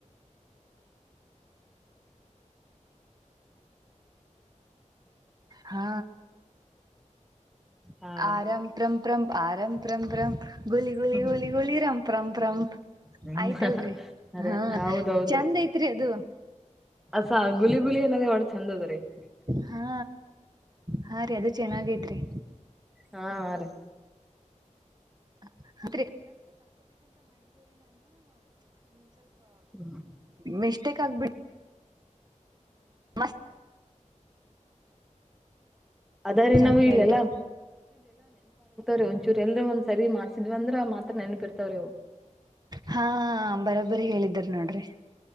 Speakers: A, on the right; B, in the centre.
A: ಹಾ
B: ಹಾ ರೀ
A: ಆರಾಮಪರಂ ರರಂಪ್ ಆರಂ ಪ್ರಂ ರ್ರಂ ಗೊಲಿ ಗೊಲಿ
B: ಹ್ಮ್
A: ಗೊಲಿ ಗೋಲಿ ಇರಾಮ್ ಪ್ರ್ರಂಪ್ ಪ್ರ
B: ಹ್ಮ್
A: ಆಯ್ತಲ್ರಿ
B: ಅದೇ
A: ಹ
B: ಹೌದೌದ್ರಿ
A: ಚಂದ್ ಐತ್ರಿ ಅದು
B: <unintelligible>
A: ಹಾ ಹಾ ರೀ ಅದು ಚೆನ್ನಾಗೈತ್ರಿ
B: ಹಾ ರೀ
A: <unintelligible> <unintelligible> ಹ
B: ಹ್ಮ್
A: ಮ ಟ್ಟೇಕ್ ಆಗ್ಬಿಟ್ಟಿ ಮಸ್
B: ಅದ ರ ನಾವು
A: ಅಂತ ಕೇಳಿದ್ರಿ
B: ಇಲ್ಲೆಲ್ಲಾ ರಿ ಒಂಚೂರು ಎಲ್ರ ಒಂದ ಸರಿ ಮಾಡಸಿದ್ವಂದ್ರೆ ಮಾತ್ರ ನೆಪರ್ತವ ರ
A: ಹಾ ಬರೋಬ್ಬರಿ ಹೇಳಿದ್ರ ನೋಡ್ರಿ